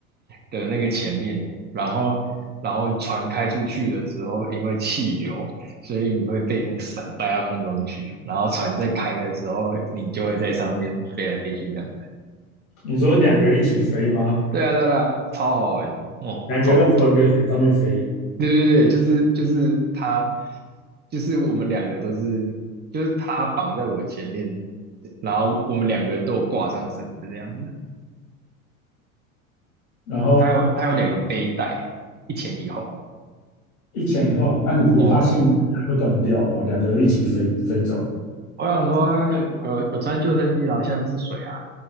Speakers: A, on the right (about 25°); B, on the left (about 85°).
A: 的那个前面，然后然后船开出去的时候，因为气流，所以你会被那个伞带到空中去，然后船在开的时候，你就会在上面飞来飞去这样。
B: 你说两个人一起飞吗？
A: 对啊对啊，对啊超好玩哦，
B: 两个人在同一个船上面飞，
A: 超对对对，就是就是他，就是我们两个都是，就是他绑在我前面，然后我们两个人都有挂上绳子这样子。
B: 然后
A: 他有他有两个背带，一前一后。
B: 一前一后，那你不怕线会断掉吗？
A: 哦，
B: 两个人一起飞飞走。
A: 我想说，有有有穿救生衣啦，下面是水啊。